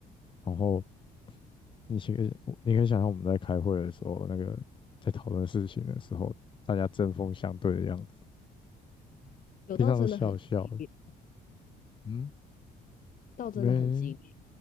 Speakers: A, on the left (about 30°); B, on the left (about 55°).
A: 然后你其实你可以想象我们在开会的时候，那个在讨论事情的时候，大家针锋相对的样子，
B: 有到真的很激烈，
A: 平常都笑笑的嗯，
B: 到真的很激烈。
A: 没